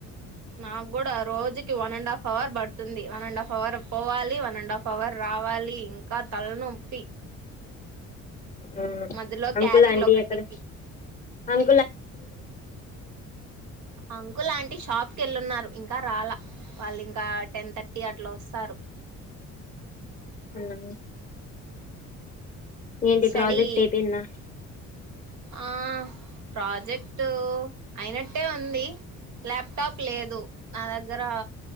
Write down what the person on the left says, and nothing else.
ఆ
అంకుల్
అంటీ
ఎక్కడ అవి
అవు ఏంటి
ప్రాజెక్ట్ అయిపోయింద